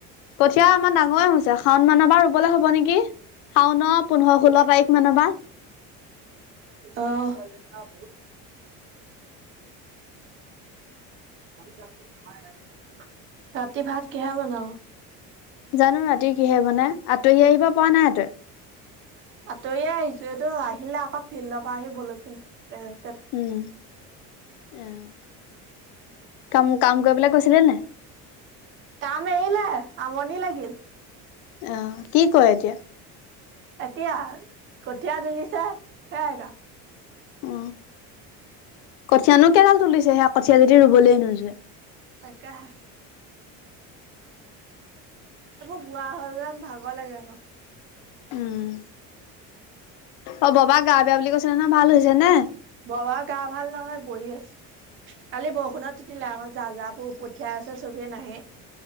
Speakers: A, on the left; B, on the right.
A: কঠীয়া আমাৰ ডাঙৰে হৈছে। শাওন মানৰ পৰা ৰুবলৈ হ'ব নেকি? শাওন পোন্ধৰ ষোল্ল তাৰিখ মানৰ পা।
B: অহ। <unintelligible> ৰাতি ভাত কিহে বনাও?
A: জানো ৰাতি কিহে বনাই, আঁতহি আহিব পৰা নাই তই।
B: আঁতৰিয়ে আহিছোঁ, এইটো আহিলে আকৌ ফিল্ডৰ পৰা আহি বল লৈকে, এই',
A: উম', এই', কাম-কাম কৰিবলে গৈছিলি নে নাই?
B: কাম এৰিলে, আমনি লাগিল',
A: অ কি কৰে এতিয়া?
B: এতিয়া কঠীয়া তুলিছে সেয়াই কাম।
A: অ কঠীয়ানো কেডাল তুলিছে, সেয়া কঠীয়া যদি ৰুবলৈ নোজোৰে।
B: তাকেহে', এইবোৰ বোৱা হ'লে ভাগৰ লাগে আকৌ',
A: উম',
B: অহ',
A: অ', ববাক গা বেয়া বুলি কৈছে নহয় ভাল হৈছে নে?
B: ববাৰ গা ভাল নহয় বহি আছে', কালি বৰষুণত তিতিলে আকৌ, যা', - যা', প', -পঠিয়াই আছে চবে, নাহে',